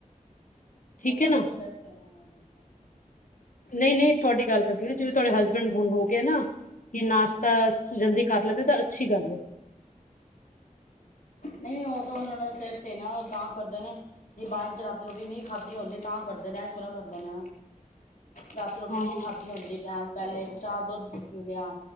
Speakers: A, on the left; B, on the left.
A: ਠੀਕ
B: ਉਹਨੂੰ
A: ਹੈ
B: ਆਪਣੇ
A: ਨਾ
B: ਸਿਰ <unintelligible>
A: ਨਹੀਂ ਨਹੀਂ ਤੁਹਾਡੀ ਗੱਲ ਕਰਦੀ ਜਿਵੇਂ ਤੁਹਾਡੇ ਹਸਬੈਂਡ ਹੁਣ ਹੋ ਗਏ ਨਾ, ਕੀ ਨਾਸ਼ਤਾ ਜਲਦੀ ਕਰ ਲਦੇ ਤਾਂ ਅੱਛੀ ਗੱਲ ਹੈ।
B: ਨਹੀਂ ਉਹ ਤਾਂ ਹੁਣ ਉਹ ਦਾ ਸਿਰ ਤੇ ਨਾ ਤਾਂ ਕਰਦੇ ਨੇ, ਜੇ ਬਾਂ ਚ ਰਾਤੀ ਰੋਟੀ ਨਹੀਂ ਖਾਧੀ ਹੁੰਦੀ, ਤਾਂ ਕਰਦੇ ਨੇ ਸੋਹਣਾ ਕਰਦੇ ਨੇ ਰਾਤੀ ਰੋਟੀ
A: ਹਾਂ
B: ਨਹੀਂ ਖਾਧੀ ਹੁੰਦੀ ਟਾਈਮ, ਪਹਿਲੇ ਚਾਹ ਦੁੱਧ ਪੀ ਲਿਆ,